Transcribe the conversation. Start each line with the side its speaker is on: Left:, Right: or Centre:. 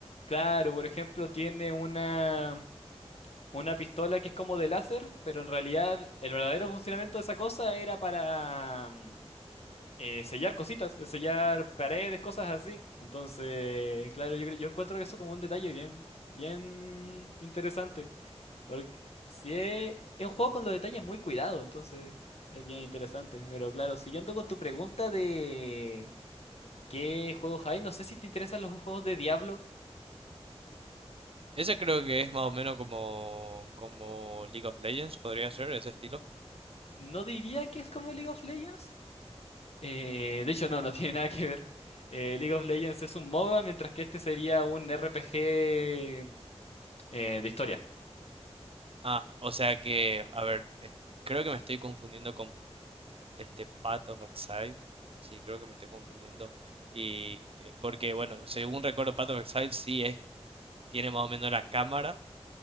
Left: Claro, por ejemplo, tiene una, una pistola que es como de láser, pero en realidad el verdadero funcionamiento de esa cosa era para mm, eh, sellar cositas, eh, sellar paredes, cosas así. Entonces, claro, yo, cre- yo encuentro eso como un detalle bien, bien interesante. Porque sí es, es un juego con los detalles muy cuidados, entonces es bien interesante. Pero claro, siguiendo con tu pregunta de qué juegos hay, no sé si te interesan los juegos de Diablo.
Right: Ese creo que es más o menos como, como League of Legends, podría ser, ese estilo.
Left: No diría que es como League of Legends. Eh, de hecho, no, no <laughs> tiene nada que ver. Eh, League of Legends es un MOBA, mientras que este sería un RPG eh, de historia.
Right: Ah, o sea que, a ver, es- creo que me estoy confundiendo con este Path of Exile. Sí, creo que me estoy confundiendo. Y eh, porque, bueno, según recuerdo, Path of Exile sí es. tiene más o menos la cámara